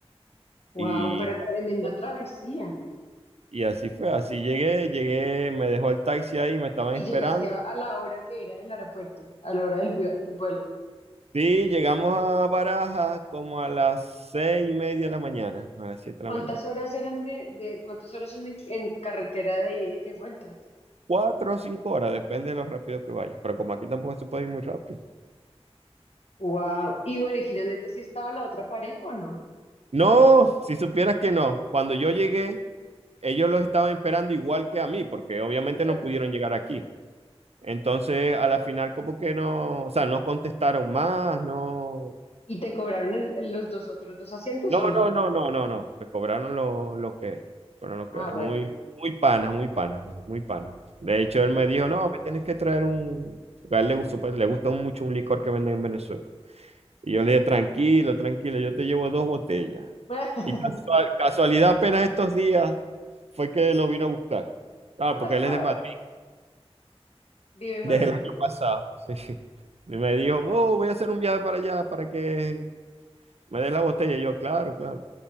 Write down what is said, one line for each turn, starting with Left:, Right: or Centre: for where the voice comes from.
Left: Wow,
Right: Y
Left: pero tremenda
Right: así fue,
Left: travesía.
Right: y así fue, así llegué, llegué, me dejó el taxi ahí, me estaban
Left: Y
Right: esperando
Left: llegaste a, a la hora que era del aeropuerto, a la hora del, vue- del vuelo.
Right: Sí, llegamos a Barajas como a las seis y media de la mañana, a las siete de la
Left: ¿Cuántas
Right: mañana.
Left: horas eran de, de cuántas horas son en, en carretera de ida y de vuelta?
Right: Cuatro o cinco horas, depende de lo rápido que vayas. Pero como aquí tampoco se puede ir muy rápido.
Left: Wow. Y bueno, y finalmente sí estaba la otra pareja o no?
Right: No, si supieras que no. Cuando yo llegué, ellos los estaban esperando igual que a mí, porque obviamente
Left: Claro.
Right: no pudieron llegar aquí. Entonces, a la final, como que no, o sea, no contestaron más, no.
Left: ¿Y te cobraron el- el- los dos otros dos asientos
Right: No,
Left: o no?
Right: no, no, no, no, no. Me cobraron lo, lo que era. Fueron lo
Left: Ah,
Right: que era.
Left: bueno,
Right: Muy, muy panas, muy panas, eh, muy panas. De
Left: bueno.
Right: hecho, él me dijo, no, me tienes que traer un. A él le gustó, pues, le gusta mucho un licor que venden en Venezuela. Y yo le dije, tranquilo, tranquilo, yo te llevo dos botellas.
Left: <laughs>
Right: Y casual- casualidad, apenas estos días fue que lo vino a buscar. Claro,
Left: Ah,
Right: porque
Left: está
Right: él es de Madrid,
Left: ahora. Vive en
Right: desde
Left: Madrid.
Right: el año pasado. <laughs> Sí. Y me dijo, oh, voy a hacer un viaje para allá para que me des la botella. Y yo, claro, claro.